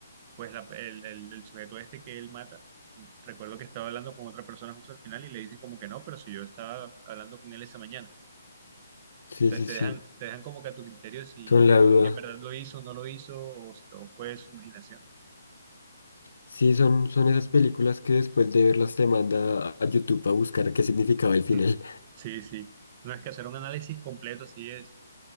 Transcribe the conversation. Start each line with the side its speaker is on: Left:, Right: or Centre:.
Right: pues la- el, el- el sujeto este que él mata, recuerdo que estaba hablando con otra persona justo al final y le dicen como que no, pero si yo estaba hablando con él esa mañana.
Left: Sí,
Right: Entonces
Left: sí,
Right: te
Left: sí.
Right: dejan, te dejan como que a tu criterio si
Left: Son la duda.
Right: si en verdad lo hizo o no lo hizo o si todo fue su imaginación.
Left: Sí, son, son esas películas que después de verlas te manda a a YouTube a buscar qué significaba el final.
Right: <laughs> Sí, sí. No es que hacer un análisis completo así es,